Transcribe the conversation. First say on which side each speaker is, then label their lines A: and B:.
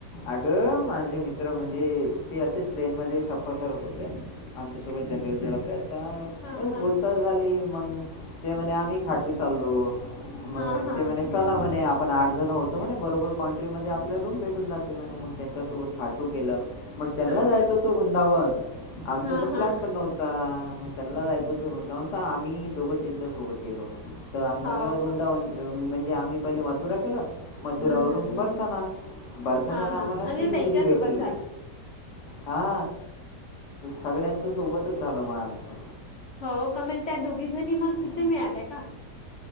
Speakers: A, on the left; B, on the left.
A: अगं माझे मित्र म्हणजे, ते असेच ट्रेन मध्ये सफर करत होते. आमच्यासोबत जनरलच्या डब्यात काय.
B: हा हा
A: बोलचाल झाली, मग ते म्हणे आम्ही खाटू चालो, मग
B: हा हा
A: ते म्हणे चला म्हणे आपण आठ जण होतो, म्हने बरोबर कॉन्टॅक्ट मध्ये आपल्या रूम भेटून जाते, म्हने मग त्यांच्यासोबत खाटूक गे. मग त्यांना
B: हा
A: जायच
B: हा
A: होत, वृंदावन आमचा
B: हा
A: तर
B: हा
A: प्लॅन पण नव्हत. मग त्यांनला जायचं होत, वृंदावन आम्ही दोघं त्यांच्या सोबत गेलो. तर आमला
B: हो
A: रुंदावन
B: का
A: म्हणजे, आम्ही पहिले मथुरा केला मथुरावरून
B: हा हा
A: बर बर्थनाला
B: हा
A: आम्हाला
B: हा म्हणजे
A: तीन
B: त्यांच्यासोबत
A: दिदी भेटली.
B: झालं
A: हा सांगाड्यांच सोबतच, झालं मग आमचं.
B: होव का, मग त्या दोघी जणी
A: हं.
B: मग तिथे मिळाल्या का.